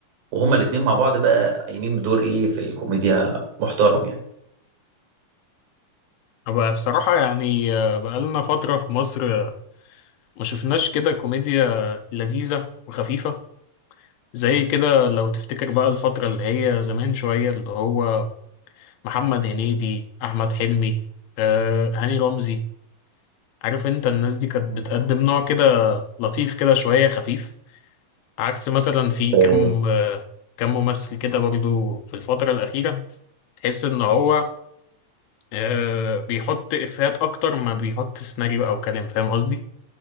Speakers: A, on the right; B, on the left.
A: وهما الاتنين مع بعض بقى قايمين بدور ايه في الكوميديا محترم يعني
B: بقى بصراحة يعني آه، بقالنا فترة في مصر آه، ما شفناش كده كوميديا لذيذة وخفيفة زي كده لو تفتكر بقى الفترة اللي هي زمان شوية اللي هو محمد هنيدي أحمد حلمي آه، هاني رمزي عارف انت الناس دي كانت بتقدم نوع كده لطيف كده شوية خفيف عكس مثلا في
A: اه
B: كم آه، كم ممثل كده برضو في الفترة الأخيرة تحس إن هو آه، بيحط إفيهات أكتر ما بيحط سيناريو أو كلام فاهم قصدي؟